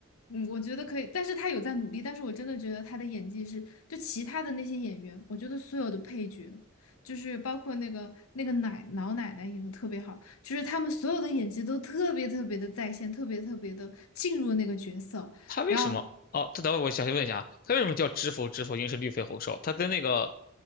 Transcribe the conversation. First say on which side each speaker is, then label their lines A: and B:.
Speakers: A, on the left; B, on the left.
A: 嗯，我觉得可以，但是他有在努力，但是我真的觉得他的演技是，就其他的那些演员，我觉得所有的配角，就是包括那个那个奶老奶奶演的特别好，就是他们所有的演技都特别特别的在线，特别特别的进入那个角色。
B: 他为什么？
A: 然后，
B: 哦，他等会我我想问一下啊，他为什么叫知否知否，应是绿肥红瘦？他跟那个